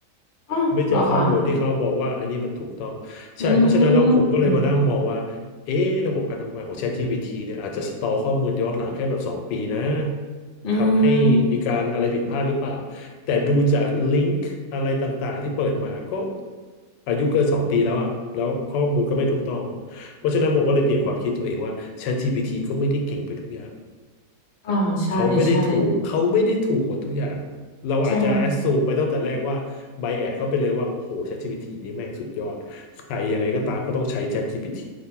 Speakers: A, on the left; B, on the left.
A: อ้าวเหรอคะ
B: ไม่เจอข้อมูลที่เขาบอกว่าอันนี้มันถูกต้องใช่เพราะฉะนั้นแล้วผมก็เลยมานั่งมองว่าเอ๊ะระบบการทำงานของ
A: อืม
B: ChatGPT เนี่ยอาจจะสตอร์ข้อมูลย้อนหลังแค่แบบสองปีนะ
A: อื
B: ทำให้มีการอะไรผิดพลาดหรือเปล่า
A: ม
B: แต่ดูจากลิงก์อะไรต่างๆที่เปิดมาก็อายุเกินสองปีแล้วอะแล้วข้อมูลก็ไม่ถูกต้องอะเพราะฉะนั้นผมก็เลยเปลี่ยนความคิดตัวเองว่า ChatGPT ก็ไม่ได้เก่งไปทุกอย่าง
A: อ่าใช่ใช่
B: เขาไม่ได้ถูกเขาไม่ได้ถูกหมดทุกอย่างเราอาจจะแอ
A: ใช่
B: s ซูมไปตั้งแต่แรกว่าไบแอดเขาไปเลยว่าโอ้โห ChatGPT นี่แม่งสุดยอดใครยังไงก็ตามก็ต้องใช้ ChatGPT